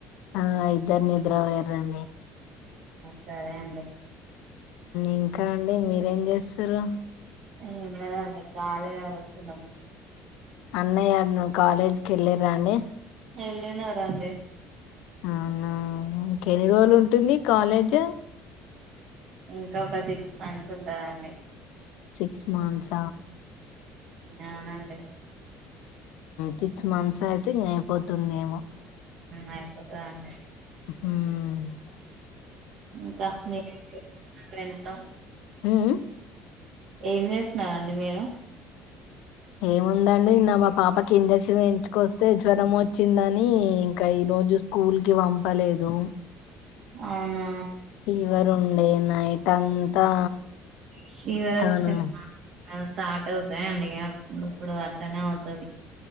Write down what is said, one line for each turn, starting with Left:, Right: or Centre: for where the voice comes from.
Left: ఆ ఇద్దరు నిద్ర పోయ్యండి
Right: సరే అండి
Left: ఇంకా అండి మీరేం చేస్తారు
Right: ఏం లేద్ అండి ఖాళీగా కూర్చున్నాం
Left: అన్నయ్య కాలేజ్కి వెళ్ళిరాండి
Right: వెళ్ళినాడండి
Left: అవునా ఇంకెన్ని రోజులు ఉంటుంది కాలేజ్
Right: ఇంకా ఒక సిక్స్ మంత్స్ ఉంటుందండి
Left: సిక్స్ మంత్స
Right: అవునండి
Left: సిక్స్ మంత్స్ అయితే ఇంకా అయిపోతుందిమో
Right: అయిపోతుందండి
Left: <unintelligible>
Right: ఇంకా మీ ఫ్రెండ్స్ తో
Left: హమ్
Right: ఏం చేస్తున్నారండి మీరు
Left: ఏముందండి నా మా పాపకి ఇంజక్షన్ ఎంచుకొస్తే జ్వరం వచ్చిందని ఇంకా ఇ రోజు స్కూల్ కి పంపలేదు
Right: అవునా
Left: ఫీవర్ ఉండే నైట్ అంతా
Right: శ్రీవర్
Left: చానా
Right: వచ్చిందా స్టార్ట్ అవుతాయిండి <unintelligible> ఇప్పుడు అట్లనే అవుతుది